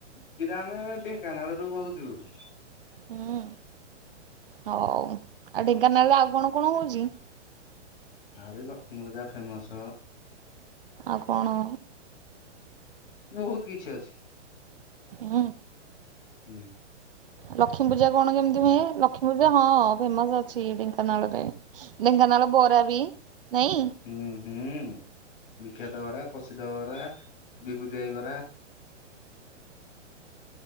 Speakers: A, on the left; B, on the right.
A: ଫିର ଆମେ ଢେଙ୍କାନାଳରୁୁ ବହୁତ ଦୂର।
B: ହୁଁ, ହଉ। ଆଉ ଢେଙ୍କାନାଳରେ ଆଉ କଣ କଣ ହଉଛି?
A: ଆର ୟେ ଲକ୍ଷ୍ମୀ ପୂଜା ଫେମସ।
B: ଆଉ କଣ?
A: ବହୁତ କିଛି ଅଛି।
B: ହୁଁ।
A: ହୁଁ।
B: ଲକ୍ଷ୍ମୀ ପୂଜା କଣ କେମିତି ହୁଏ ଲକ୍ଷ୍ମୀ ହଁ ଫେମସ ଅଛି ଢେଙ୍କାନାଳ ରେ ଢେଙ୍କାନାଳ ବରା ବି ନାଇଁ।
A: ହୁଁ ହୁଁ ବିଖ୍ୟାତ ବରା ପ୍ରସିଦ୍ଧ ହବରା ବିଭୂତିଆଇବରା।